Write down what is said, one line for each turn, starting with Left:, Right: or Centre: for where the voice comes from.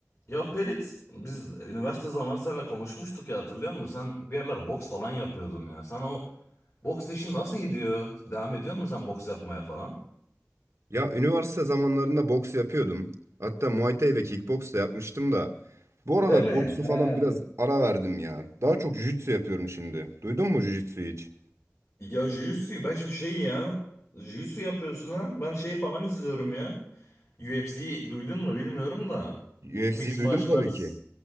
Left: Ya Perit biz üniversite zamanı seninle konuşmuştuk ya hatırlıyor musun? Sen bir yerler boks falan yapıyordun ya. Sana o boks işi nasıl gidiyor? Devam ediyor musun sen boks yapmaya falan?
Right: Ya üniversite zamanlarında boks yapıyordum. Hatta Muay Thai ve kickboks da yapmıştım da. Bu aralar
Left: Değil mi?
Right: boksu falan
Left: He.
Right: biraz ara verdim ya. Daha çok jiu-jitsu yapıyorum şimdi. Duydun mu jiu-jitsu'yu hiç?
Left: Ya jiu-jitsu ben şimdi şey ya. Jiu-jitsu yapıyorsun ha. Ben şey falan izliyorum ya. UFC'yi duydun mu bilmiyorum da.
Right: UFC'yi
Left: Mixed
Right: duydum
Left: Martial
Right: tabii
Left: Arts.
Right: ki.